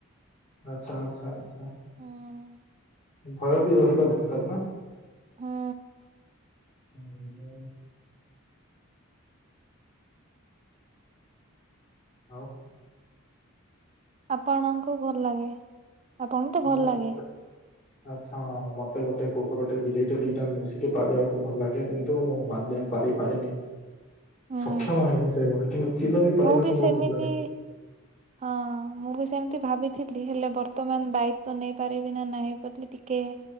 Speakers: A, on the left (about 35°); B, on the right (about 30°).
A: ଆଚ୍ଛା ଆଚ୍ଛା ଆଚ୍ଛା।
B: ହୁଁ
A: ଭୟ ବି ରହିବା ଦରକାର ନା।
B: ହୁଁ
A: ଉଁ ମୁଁ ଆଉ
B: ଆପଣଙ୍କୁ ଭଲଲାଗେ ଆପଣଙ୍କୁ ତ
A: ହଁ
B: ଭଲ ଲାଗେ।
A: ମତେ ଆଚ୍ଛା ମତେ ଗୋଟେ କୁକୁରଟେ ବିଲେଇଟେ ଦିଟା ମିଶିକି ପଳିବାକୁ ଭଲ ଲାଗେ କିନ୍ତୁ ମୁଁ ମାନ୍ ଏଯାଏଁ ପାଳି ପାରିନି।
B: ହୁଁ
A: ସକ୍ଷମ ହେଇନି ସେଭଳି କିନ୍ତୁ ଚିଲ ବି ପାଳିବାକୁ
B: ମୁଁ
A: ବୋହୁତ
B: ସେମିତି
A: ଭଲଲାଗେ।
B: ହଁ ମୁଁ ବି ସ ସେମତି ଭାବିଥିଲି ହେଲେ ବର୍ତ୍ତମାନ ଦାୟିତ୍ୱ ନେଇପାରିବି ନା ନାହିଁ ବୋଲି ଟିକେ